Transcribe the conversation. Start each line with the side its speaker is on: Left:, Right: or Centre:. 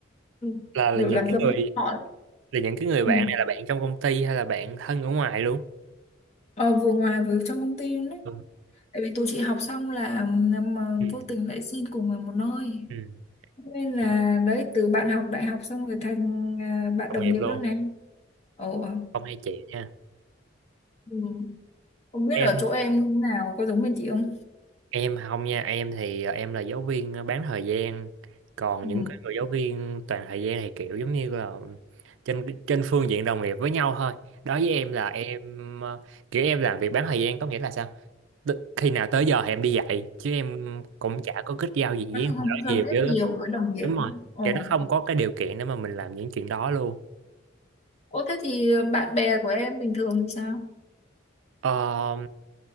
Left: Ừ,
Right: là là
Left: kiểu
Right: những
Left: làm
Right: cái
Left: dâu
Right: người
Left: cho họ đó.
Right: là những cái người
Left: ừ.
Right: bạn này là bạn trong công ty hay là bạn thân ở ngoài luôn
Left: ờ, vừa ngoài vừa trong công ty luôn đấy
Right: ừ.
Left: tại vì tụi chị học xong là mà
Right: Ừ.
Left: vô tình lại xin cùng vào một nơi
Right: Ừ.
Left: nên là
Right: Cũng
Left: đấy từ bạn học đại học xong rồi thành à, bạn
Right: Đồng
Left: đồng
Right: nghiệp
Left: nghiệp
Right: luôn
Left: luôn này ồ
Right: không hay chị nha
Left: ừ. không biết
Right: em
Left: ở chỗ em như thế nào có giống bên chị không
Right: em không nha em thì ờ, em là giáo viên ờ, bán thời gian còn
Left: ừ.
Right: những cái người giáo viên toàn thời gian thì kiểu giống như là trên trên phương diện đồng nghiệp với nhau thôi đối với em là em ờ, kiểu em làm việc bán thời gian có nghĩa là sao Tức khi nào tới giờ thì em đi dạy chứ em cũng chả có kết giao gì với
Left: nói chung
Right: người
Left: không
Right: đó
Left: giao
Right: nhiều
Left: tiếp
Right: chứ
Left: nhiều với đồng nghiệp
Right: đúng rồi
Left: ồ
Right: kiểu nó không có cái điều kiện để mà mình làm những chuyện đó luôn
Left: Ô thế thì ờ, bạn bè của em bình thường thì sao?
Right: Ờ,